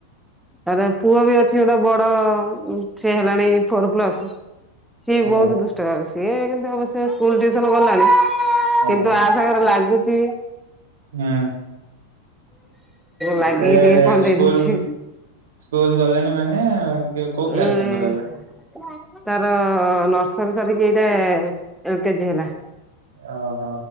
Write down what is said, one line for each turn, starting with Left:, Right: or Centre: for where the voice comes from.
Centre: ତାରେ ପୁଅ ବି ଅଛି ଗୋଟେ ବଡ ସେ ହେଲାଣି ଫୋର ପ୍ଲସ ସିଏ
Right: ଆଜ୍ଞା
Centre: ବହୁତ୍ ଦୁଷ୍ଟ ସିଏ କିନ୍ତୁ ଅବଶ୍ୟ ସ୍କୁଲ ଟିୟୁସନ ଗଲାଣି କିନ୍ତୁ
Right: ଆଜ୍ଞା
Centre: ଆ ତାଙ୍କର ଲାଗୁଛି।
Right: ହୁଁ।
Centre: ଲାଗିକି
Right: ସେ
Centre: ଟିକେ କନ୍ଦେଇ
Right: ସ୍କୁଲ
Centre: ଦଉଛି।
Right: ସ୍କୁଲ ଗଲେଣି ମାନେ କେ- କୋଉ କ୍ଲାସ
Centre: ଉୁଁ।
Right: ତାଙ୍କର ଏବେ?
Centre: ତାର ନର୍ସରୀ ସରିକି ଏଇଟା ଏ କେଜି ହେଲା।
Right: ଓହୋ